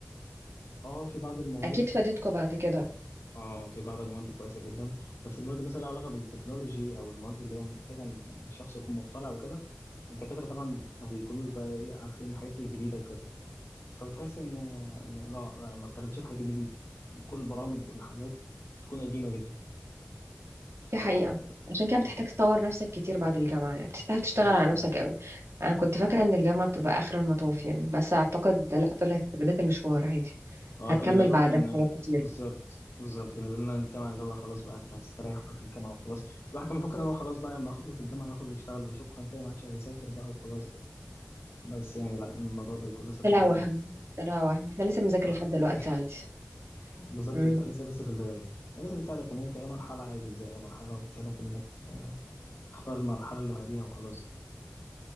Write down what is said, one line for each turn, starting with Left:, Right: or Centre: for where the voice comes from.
Left: اه في بعض المواد
Right: اكيد فادتكوا بعد كده
Left: اه في بعض المواد كويسه جدا بس المواد مثلا لها علاقه بالتكنولوجي او المواد اللي هي محتاجه ان الشخص يكون مطلع وكده الدكاتره طبعا ما بيكونوش بقى ايه عارفين الحاجات الجديده وكده فبتحس ان إن لا لا ما بتاخدش الحاجات الجديده كل البرامج والحاجات بتكون قديمه جدا ف
Right: دي حقيقة عشان كده بتحتاج
Left: آه،
Right: تطور نفسك كتير بعد الجامعة يعني بتحتاج تشتغل
Left: بالظبط
Right: على نفسك قوي أنا كنت فاكرة إن الجامعة بتبقى آخر المطاف يعني بس أعتقد لأ طلعت بداية المشوار عادي
Left: اه
Right: هتكمل
Left: كانوا بيقولوا
Right: بعدها
Left: لنا ان
Right: حاجات كتير
Left: بالظبط بالظبط كانوا بيقولوا لنا إن الجامعه اللي هو خلاص بقى انت هتستريح بقى في الجامعه وخلاص الواحد كان مفكر ان هو خلاص بقى لما يخلص الجامعه يخرج يشتغل وشكرا كده ما عادش هيذاكر بقى وخلاص بس يعني لا الموضوع بيكون لسه في
Right: طلع
Left: البداية
Right: وهم طلع وهم احنا لسه بنذاكر
Left: آه،
Right: لحد دلوقتي
Left: <laughs>
Right: عادي
Left: بالظبط
Right: امم
Left: بيبقى لسه بس في البداية هي بس بتساعدك إن أنت أي مرحلة عادي زي أي مرحلة وبتساعدك إنك آه، تختار المرحلة اللي بعديها وخلاص